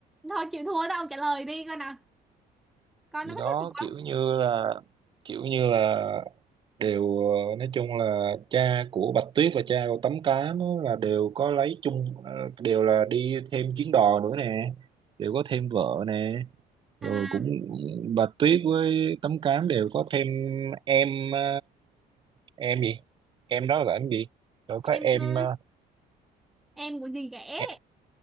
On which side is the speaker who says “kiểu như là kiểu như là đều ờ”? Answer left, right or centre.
Right